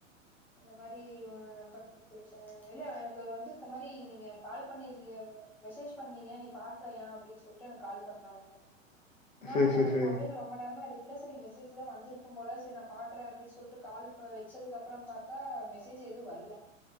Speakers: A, in the centre; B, on the left (about 70°).
A: இந்த மாரி உ நம்பரக்கு வுத்துருக்கே இல்ல எனக்கு வந்து இந்த மாதிரி நீங்க கால்ப் பண்ணி இல்யேவே மெசேஜ் பண்ணீங்க நீ பா க்லையா அப்டின் சொல்ட்டு எனக்கு கால் பண்ணாங்க
B: <inaudible>
A: நா
B: சேரி
A: அப்ப
B: சேரி
A: வந்து
B: சேரி
A: மொபைல ரொம்ப நேரமா எடுக்ல செரி மெசேஜ் ஜ்லா வந்திருக்கும் போல செரி நா பாக்றே அப்டின் சொல்ட்டு கால்ப் அ வச்சதுக்கு அப்றம் பாத்தா மெசேஜ் எதுவு வல்ல